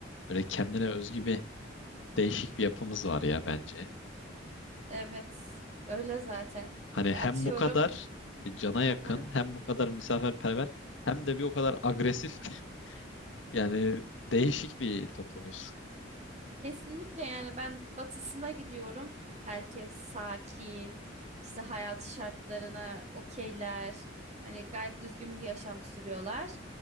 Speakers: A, on the left; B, on the right.
A: böyle kendine özgü bir değişik bir yapımız var ya bence.
B: Evet, öyle zaten.
A: Hani
B: Ya
A: hem
B: atıyorum.
A: bu kadar e, cana yakın,
B: Hı hı.
A: hem bu kadar misafirperver, hem de bir o kadar agresif. <laughs> Yani değişik bir toplumuz.
B: Kesinlikle yani ben batısına gidiyorum. Herkes sakin, işte hayat şartlarına okeyler. Hani gayet düzgün bir yaşam sürüyorlar.